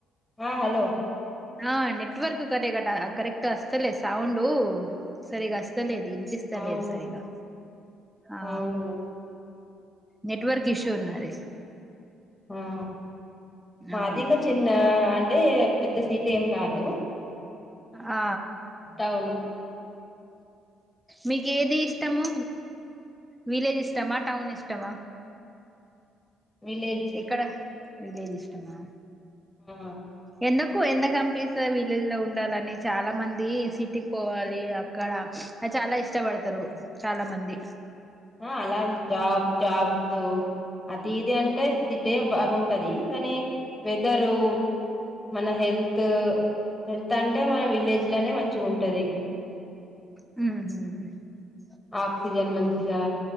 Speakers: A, on the left; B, in the centre.
A: ఆ హలో
B: ఆ నెట్వర్క్ కరక్ కరెక్ట్ అస్తతలే సౌండు సరిగా అస్తలేదు ఇనిపిస్త
A: అవును
B: లేదు సరిగా ఆ
A: అవును అవును
B: నెట్వర్క్ ఇష్యూ ఉన్నది
A: ఆ మాదింగా
B: అవును
A: చిన్న అంట అంటే పెద్ద సీటీ ఏం కాదు
B: ఆ
A: అవును
B: మీకు ఏది ఇష్టము విలేజ్ ఇష్టమా టౌన్ ఇష్టమా
A: విలేజ్
B: ఇక్కడ విలేజ్ ఇష్టమా
A: ఆ
B: ఎన్నకు కు ఎందుకు అనిపిస్తాది విలేజ్ లో ఉండాలని చాలా మంది సిటీకి పోవాలి అక్కడ అది చాలా ఇష్టపడతారు చాలా మంది
A: ఆ అలా జాబ్ జాబ్స్ అది ఇది అంటే సిటీే బాగుంటది కానీ వెదరు మన హెల్త్ హెల్త్ అంటే మన విలేజ్ లోనే మంచి గుంటది
B: ఊహు
A: ఆక్సిజన్ మంచి ఇగా